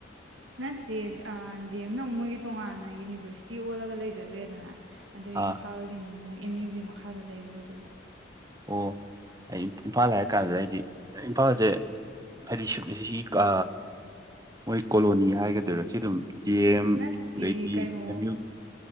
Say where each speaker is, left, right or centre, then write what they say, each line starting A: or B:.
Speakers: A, on the right (about 80°); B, on the right (about 20°).
A: ꯅꯠꯇꯦ ꯑꯥ ꯗꯤ ꯑꯦꯝ ꯅꯃꯨꯛ ꯃꯣꯏꯒꯤ ꯇꯣꯉꯥꯟꯅ ꯌꯨꯅꯤꯚꯔꯁꯤꯇꯤ ꯑꯣꯜꯂꯒ ꯂꯩꯖꯒ꯭ꯔꯦꯗꯅ ꯑꯗꯨ
B: ꯑꯥ
A: ꯏꯝꯐꯥꯜꯒꯤꯅꯃꯨꯛ ꯑꯦꯝ ꯌꯨꯒꯤ ꯃꯈꯥꯗ ꯂꯩꯕ ꯑꯣꯏꯗꯣꯏꯕ
B: ꯑꯣ ꯑꯩ ꯏꯝꯐꯥꯜ ꯍꯥꯏꯔ ꯀꯥꯟꯗ ꯑꯩꯗꯤ ꯏꯝꯐꯥꯜꯁꯦ ꯍꯥꯏꯗꯤ ꯁꯨꯞ ꯅꯤꯁꯤꯁꯤꯀꯥ ꯃꯣꯏ ꯀꯣꯂꯣꯅꯤ ꯍꯥꯏꯒꯗꯣꯏꯔꯥ ꯁꯤ ꯑꯗꯨꯝ ꯗꯤ ꯑꯦꯝ
A: ꯅꯠꯇꯦ
B: ꯑꯗꯩꯗꯤ
A: ꯀꯩꯅꯣ
B: ꯑꯦꯝ ꯌꯨꯜ